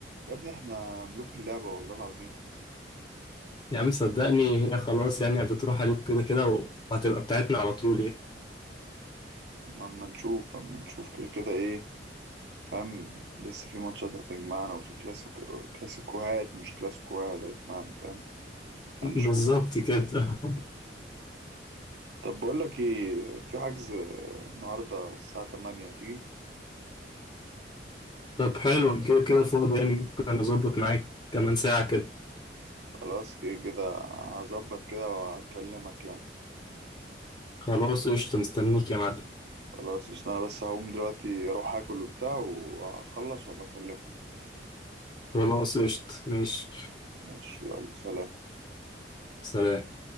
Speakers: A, on the right (about 65°); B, on the left (about 25°).
A: يا ابني احنا ملوك اللعبة والله العظيم
B: يا عم صدقني هي خلاص يعني بتروح عليك كده كده وهتبقى بتاعتنا على طول يعني
A: اما أما نشوف اما نشوف كده كده ايه فاهم لسه في ماتشات هتجمعنا وفي كلاسيكو كلاسيكوهات مش كلاسيكوهات هتجمعنا فاهم هنشوف
B: بالظبط كده
A: طب بقول لك ايه في حجز النهارده الساعة 8 تيجي
B: <laughs> طب حلو أنا كده كده فاضي يعني ممكن اظبط معاك كمان ساعه كده
A: خلاص كده كده هظبط كده وهكلمك يعني
B: خلاص قشطه مستنيك يا معلم
A: خلاص عشان انا بس هقوم دلوقتي اروح اكل وبتاع وهخلص وابقى اكلمك
B: خلاص قشطه ماشي
A: ماشي يلا سلام
B: سلام